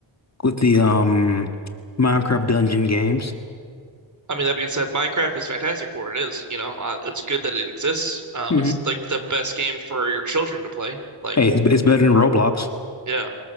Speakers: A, on the left; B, on the right.
A: with the um Minecraft dungeon games.
B: I mean, that being said, Minecraft is fantastic for what it is. You know, uh, it's good that it exists. Um,
A: hmm
B: it's like the best game for your children to play. Like,
A: Hey, it's, it's better than Roblox.
B: yeah,